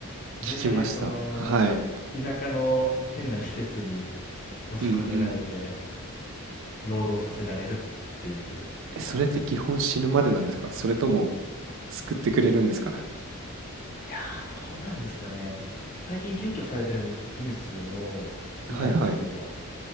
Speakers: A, on the left; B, on the right.
A: で、
B: 聞きました。
A: その、
B: はい。
A: 田舎の変な施設に押し込められて、
B: うんうん。
A: 労働させられるっていう。
B: えそれって基本死ぬまでなんですかそれとも救ってくれるんですかね
A: いやー、どうなんですかね。最近検挙されてるニュースを見たんですけど、
B: はいはい。